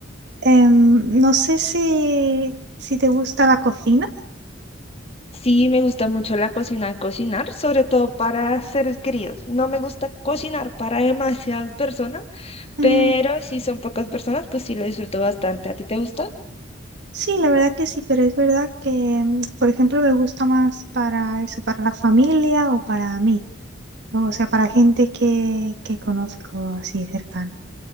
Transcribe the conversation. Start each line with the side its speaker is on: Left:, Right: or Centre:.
Right: Em, no sé si, si te gusta la cocina.
Left: Sí, me gusta mucho la cocina, cocinar, sobre todo para seres queridos. No me gusta cocinar para demasiadas personas,
Right: Mm,
Left: pero si son pocas personas, pues sí lo disfruto bastante. ¿A ti te gusta?
Right: sí, la verdad que sí, pero es verdad que, mm, por ejemplo, me gusta más para eso, para la familia o para mí. No, o sea, para gente que, que conozco así cercana.